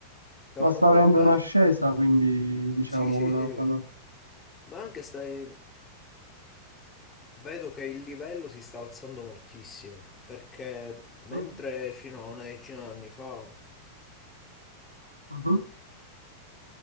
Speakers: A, on the left; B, on the right.
A: che
B: ma
A: vanno
B: sta
A: pure
B: avendo
A: bene.
B: un'ascesa, quindi diciamo
A: Sì, sì,
B: la
A: sì,
B: palla.
A: ma anche stai... vedo che il livello si sta alzando moltissimo, perché mentre
B: Mm,
A: fino a una decina d'anni fa
B: mhm.